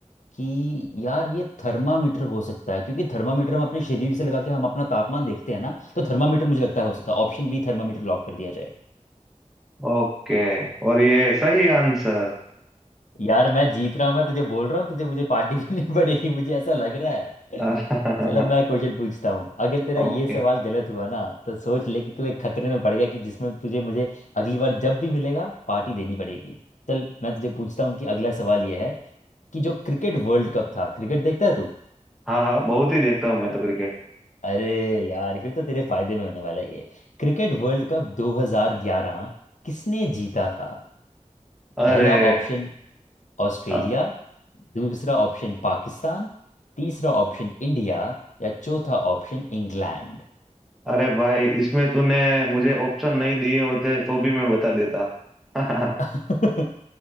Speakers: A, on the left; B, in the centre.
A: कि यार ये थर्मामीटर हो सकता है क्योंकि थर्मामीटर हम अपने शरीर से लगा के हम अपना तापमान देखते हैं ना तो थर्मामीटर मुझे लगता है हो सकता है ऑप्शन बी थर्मामीटर लॉक कर दिया जाए
B: ओके और ये सही आंसर
A: यार मैं जीत रहा हूँ मैं तुझे बोल रहा हूँ तुझे मुझे पार्टी <laughs> देनी पड़ेगी मुझे ऐसा लग रहा है
B: <laughs>
A: चलो मैं क्वेश्चन पूछता हूँ अगर तेरा ये
B: ओके
A: सवाल गलत हुआ ना तो सोच ले कि तू एक खतरे में पड़ गया कि जिसमें तुझे मुझे अगली बार जब भी मिलेगा पार्टी देनी पड़ेगी चल मैं तुझे पूछता हूँ कि अगला सवाल ये है कि जो क्रिकेट वर्ल्ड कप था क्रिकेट देखता है तू
B: हाँ हाँ बहुत ही देखता हूँ मैं तो क्रिकेट
A: अरे यार फिर तो तेरे फायदे में होने वाला है ये क्रिकेट वर्ल्ड कप 2011 किसने जीता था
B: अरे
A: पहला ऑप्शन ऑस्ट्रेलिया
B: अ-
A: दूसरा ऑप्शन पाकिस्तान तीसरा ऑप्शन इंडिया या चौथा ऑप्शन इंग्लैंड
B: अरे भाई इसमें तूने मुझे ऑप्शन नहीं दिए होते तो भी मैं बता देता <laughs>
A: <laughs>